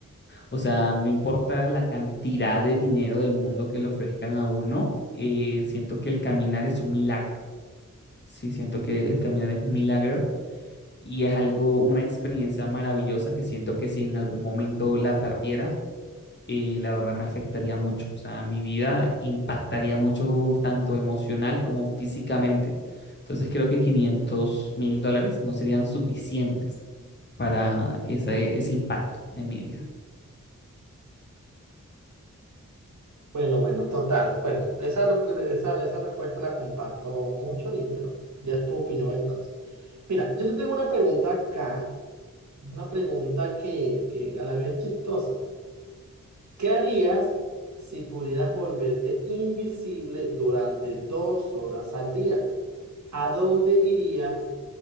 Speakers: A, on the left; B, on the right.
A: o sea, no importa la cantidad de dinero del mundo que le ofrezcan a uno, eh, siento que el caminar es un milagro. Sí, siento que el caminar es un milagro y es algo, una experiencia maravillosa que siento que si en algún momento la perdiera, eh, la verdad me afectaría mucho. O sea, mi vida impactaría mucho tanto emocional como físicamente. Entonces creo que quinientos mil dólares no serían suficientes para ese, ese impacto en mi vida.
B: Bueno, bueno, total. Bueno, esa, rep- esa, esa respuesta la comparto mucho y bueno, ya es tu opinión entonces. Mira, yo te tengo una pregunta acá, una pregunta que, que a la vez es chistosa. ¿Qué harías si pudieras volverte invisible durante dos horas al día? ¿A dónde irías?